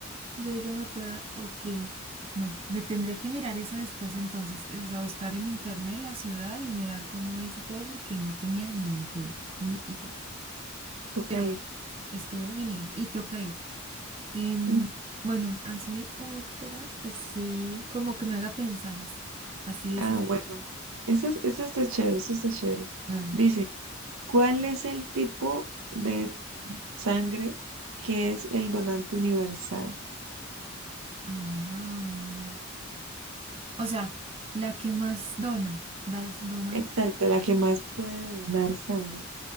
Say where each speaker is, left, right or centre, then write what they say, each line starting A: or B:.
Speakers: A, on the right; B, on the right.
A: Yo digo matada, ok. No, me tendré que mirar eso después entonces, o sea, buscar en internet la ciudad y mirar cómo es y todo, porque no tenía ni idea, ni idea.
B: Toca
A: Pero
B: ir.
A: bueno, estuvo genial y toca ir. Em,
B: Mm.
A: bueno, hazme otra así, como que me haga pensar así. Así
B: Ah,
A: es. es-
B: bueno. eso es- eso está chévere, eso está chévere.
A: A ver.
B: Dice, ¿cuál es el tipo de sangre, que es el donante universal.
A: Ah, o sea, la que más dona, das donas.
B: Exacto, la que más puede donar sangre.